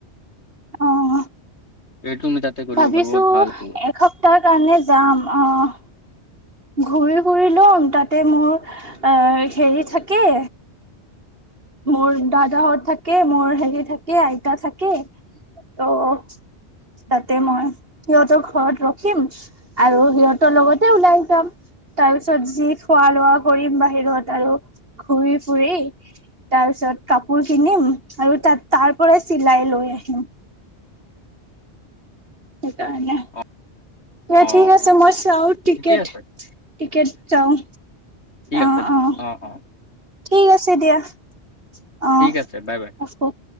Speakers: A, on the right; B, on the left.
A: অঁ'।
B: এইটো তুমি তাতে কৰিব
A: ভাবিছোঁ
B: পাৰিবা বহুত ভাল এইটো
A: এসপ্তাহ কাৰণে যাম, অঁ'। ঘূৰি ফুৰি লম তাতে মোৰ অ' হেৰি থাকে- মোৰ দাদাহঁত থাকে, মোৰ হেৰি থাকে আইতা থাকে ত'- তাতে মই সিহঁতৰ ঘৰত ৰখিম। আৰু সিহঁতৰ লগতে ওলাই যাম। তাৰ পিছত যি খোৱা লোৱা কৰিম বাহিৰত আৰু ঘূৰি ফুৰি। তাৰ পিছত কাপোৰ কিনিম আৰু তাত তাৰ পৰা চিলাই লৈ আহিম। সেইকাৰণে,
B: অ
A: দিয়া
B: অ
A: ঠিক আছে মই চাওঁ টিকেট।
B: ঠিকে আছে
A: টিকেট চাওঁ,
B: ঠিক
A: অহ'-অহ'
B: আছে অ অ
A: ঠিক আছে দিয়া। অঁ'
B: ঠিক আছে বাই বাই
A: ৰাখোঁ।